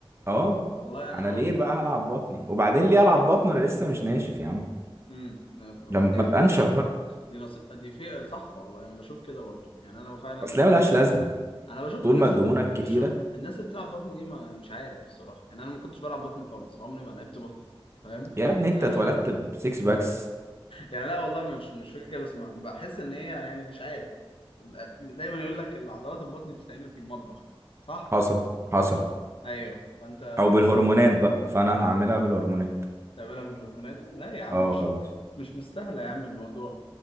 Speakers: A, on the right (about 25°); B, on the left (about 70°).
A: اه
B: والله انا
A: انا ليه بقى هلعب بطني وبعدين ليه العب بطن انا لسه مش ناشف يا عم
B: امم
A: لما
B: دي حق.
A: ابقى انشف بقى
B: دي نص... دي في صح والله انا بشوف كده برضه يعني انا فعلا
A: اصل هي ملهاش لازمه
B: انا بشوف
A: طول
B: الناس
A: ما دهونك
B: ال...
A: كتيره
B: بشوف الناس اللي بتلعب بطن دي ما مش عارف الصراحه يعني انا ما كنتش بلعب بطن خالص عمري ما لعبت بطن فاهم
A: يا ابني انت
B: <laughs>
A: اتولدت بسكس باكس
B: يعني لا والله مش مش فاكر كده بس ما... بحس ان هي يعني مش عارف ب- دايما يقول لك العضلات البطن بتتعمل في المطبخ صح؟
A: حصل حصل
B: لا. ايوه فانت
A: او بالهرمونات
B: اس...
A: بقى فانا
B: ب-
A: هعملها بالهرمونات
B: بتعملها بالهرمونات لا يا عم
A: اه
B: مش
A: خلاص
B: مش مستاهله يا عم الموضوع